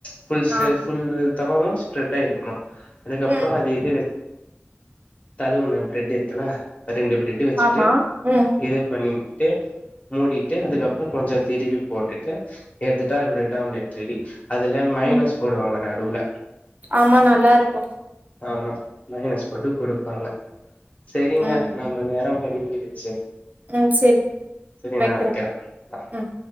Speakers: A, on the left; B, on the right.
A: ஃபுல் சே
B: ஆ
A: ஃபுல் தவாவு ஸ்ப்ரெட் ஆயிருக்குணு அதுக்கப்றோ
B: ம்
A: அது இது தலுவுண்ண பிரெட் இருக்குல அ ரெண்டு பிரெட் வச்சுட்டு
B: ஆமா ம்
A: இது பண்ணி டு மூடிட்டு அதுக்கப்றோ கொஞ்சோ திருப்பி போட்டுட்டு எடுத்துட்டா பிரெட்டாம்லேட் ரெடி அதுல மைனோஸ்
B: ம்
A: போடுவாங்க நடுவுல
B: ஆமா நல்லாருக்கு
A: ஆமா மைனஸ் போட்டு குடுப்பாங்க செரிங்க
B: ம்
A: நம்ம நேரம் முடிஞ்சிடுச்சு
B: ம் செரி
A: செரி
B: வைக்கறே
A: நா வைக்கிறே ஆ
B: ம்